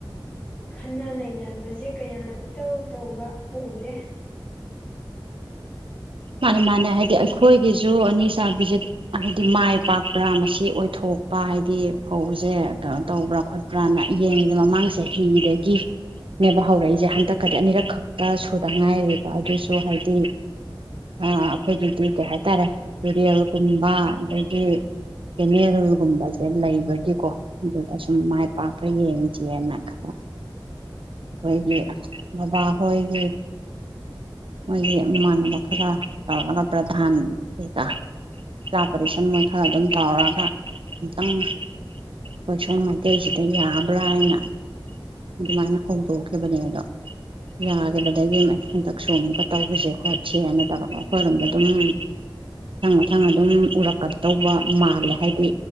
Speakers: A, on the left; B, on the right.
A: ꯈꯟꯅ ꯅꯩꯅꯕꯁꯦ ꯀꯌꯥ ꯏꯇꯧ ꯇꯧꯕ ꯎꯗꯦ
B: ꯃꯥꯅꯦ ꯃꯥꯅꯦ ꯍꯥꯏꯗꯤ ꯑꯩꯈꯣꯏꯒꯤꯁꯨ ꯑꯅꯤ ꯆꯥꯕꯤꯁꯦ ꯍꯥꯏꯗꯤ ꯃꯥꯏ ꯄꯥꯛꯄ꯭ꯔꯥ ꯃꯁꯤ ꯑꯣꯏꯊꯣꯛꯄ ꯍꯥꯏꯗꯤ ꯐꯧꯁꯦ ꯀꯩꯅꯣ ꯇꯧꯕ꯭ꯔꯥ ꯈꯣꯠꯄ꯭ꯔꯥꯅ ꯌꯦꯡꯉꯤꯗ ꯃꯃꯥꯡꯁꯦ ꯍꯤꯗꯒꯤꯅꯦꯕ ꯍꯧꯔꯛꯏꯁꯦ ꯍꯟꯗꯛꯀꯗꯤ ꯑꯅꯤꯔꯛ ꯈꯛꯇ ꯁꯨꯗ ꯉꯥꯏꯔꯦꯕ ꯑꯗꯨꯁꯨ ꯍꯥꯏꯗꯤ ꯑꯩꯈꯣꯏꯒꯤꯗꯤ ꯀꯩ ꯍꯥꯏꯇꯥꯔꯦ ꯇꯨꯔꯦꯜꯒꯨꯝꯕ ꯑꯗꯒꯤ ꯀꯦꯅꯦꯜꯒꯨꯝꯕꯁꯦ ꯂꯩꯕꯒꯤꯀꯣ ꯑꯗꯨꯗ ꯁꯨꯝ ꯃꯥꯏ ꯄꯥꯛꯄ ꯌꯦꯡꯁꯦꯅ ꯈꯔ ꯑꯩꯈꯣꯏꯒꯤ ꯕꯕꯥꯍꯣꯏꯒꯤ ꯃꯣꯏꯒꯤ ꯏꯃꯥꯟꯅꯕ ꯈꯔ ꯇꯧꯔꯒ ꯄ꯭ꯔꯙꯥꯟ ꯀꯩꯀꯥ ꯆꯥ ꯄꯔꯤꯦꯁꯟ ꯃꯣꯏ ꯈꯔ ꯑꯗꯨꯝ ꯇꯧꯔꯒ ꯑꯃꯨꯛꯇꯪ ꯑꯩꯈꯣꯏꯁꯣꯟ ꯃꯩꯇꯩꯁꯤꯗ ꯌꯥꯕ꯭ꯔꯥ ꯍꯥꯏꯅ ꯑꯗꯨꯃꯥꯏꯅ ꯍꯧꯗꯣꯛꯈꯤꯕꯅꯦ ꯑꯗꯣ ꯌꯥꯈꯤꯕꯗꯒꯤ ꯍꯟꯗꯛꯁꯨ ꯑꯃꯨꯛꯀ ꯇꯧꯕꯁꯦ ꯈꯣꯠ ꯁꯔ ꯅꯠꯇ꯭ꯔꯒ ꯑꯩꯈꯣꯏꯔꯣꯝꯗ ꯑꯗꯨꯝ ꯃꯊꯪ ꯃꯊꯪ ꯑꯗꯨꯝ ꯎꯔꯛꯀꯗꯗꯧꯕ ꯃꯥꯜꯂꯦ ꯍꯥꯏꯗꯤ